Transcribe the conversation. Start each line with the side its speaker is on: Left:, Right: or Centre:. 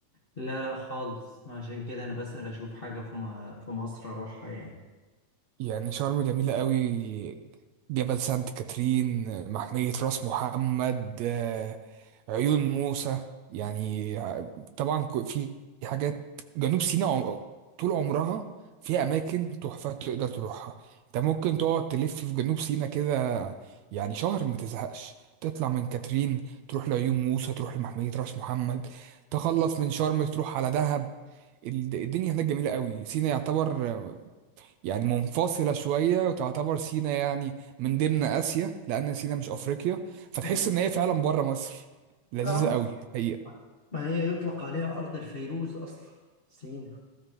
Left: لا لا خالص عشان كده انا بسأل اشوف حاجة في م- في مصر اروحها يعني
Right: يعني شرم جميلة قوي جبل سانت كاترين محمية راس محمد عيون موسى يعني ع- طبعا ك- في حاجات جنوب سيناء عم- طول عمرها فيها أماكن تحفة تقدر تروحها أنت ممكن تقعد تلف في جنوب سيناء كده يعني شهر ما تزهقش تطلع من كاترين تروح لعيون موسى تروح لمحمية راس محمد تخلص من شرم تروح على دهب الد- الدنيا هناك جميلة قوي سيناء يعتبر يعني منفصلة شوية وتعتبر سينا يعني من ضمن آسيا لأن سينا مش أفريقيا فتحس
Left: اه
Right: إن هي فعلا بره مصر لذيذة
Left: آه.
Right: قوي الحقيقة
Left: ما هي يطلق عليها أرض الفيروز أصلا سينا